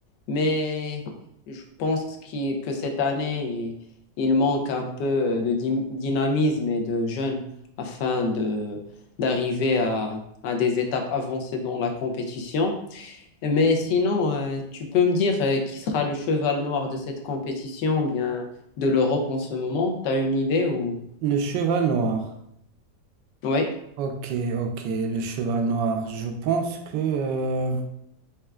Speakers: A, on the left; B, on the right.
A: mais je pense qu'il- que cette année, il, il manque un peu euh, de dy- dynamisme et de jeunes afin de d'arriver à, à des étapes avancées dans la compétition. Mais sinon, euh, tu peux me dire euh, qui sera le cheval noir de cette compétition, bien de l'Europe en ce moment? T'as une idée ou...
B: Le cheval noir.
A: Oui.
B: Ok, ok, le cheval noir. Je pense que... euh,